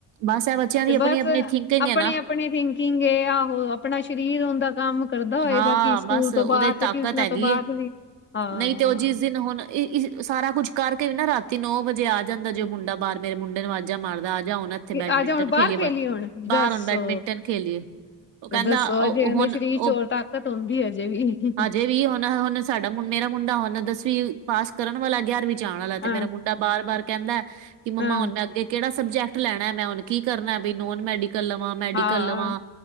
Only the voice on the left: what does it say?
'ਤੇ
ਬਸ
ਆਪਣੇ
ਆਪ ਆਪਣੀ ਥਿੰਕਿੰਗ ਏ। ਆਹੋ ਆਪਣਾ ਸਰੀਰ ਉਦਾਂ ਕੰਮ ਕਰਦਾ ਹੋਏਗਾ,
ਕਿ ਸਕੂਲ
ਤੋਂ
ਬਾਅਦ ਤੇ
ਟਿਊਸ਼ਨਾਂ
ਤੋਂ ਬਾਅਦ
ਵੀ ਹਾਂ
ਆਜਾ ਹੁਣ ਬਾਹਰ
ਹੁਣ ਦੱਸੋ
ਦੱਸੋ
ਅਜੇ
ਉਹਦੇ
ਸਰੀਰ
'ਚ ਹੋਰ ਤਾਕਤ ਹੁੰਦੀ ਏ ਅਜੇ ਵੀ।
ਹਾਂ
ਹਾਂ
ਹਾਂ